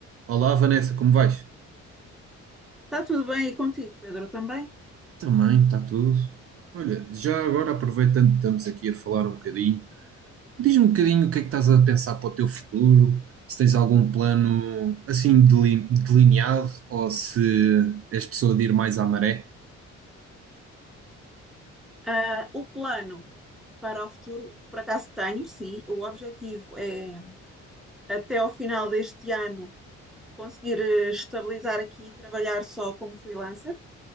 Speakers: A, on the right (about 50°); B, in the centre.
A: Olá Vanessa, como vais?
B: Está tudo bem e contigo, Pedro, também?
A: Também, está tudo. Olha, já agora aproveitando que estamos aqui a falar um bocadinho, diz-me um bocadinho o que é que estás a pensar para o teu futuro, se tens algum plano assim deli- delineado ou se és pessoa de ir mais à maré.
B: Ah, o plano para o futuro, por acaso tenho, sim. O objetivo é, até ao final deste ano, conseguir eh, estabilizar aqui e trabalhar só como freelancer,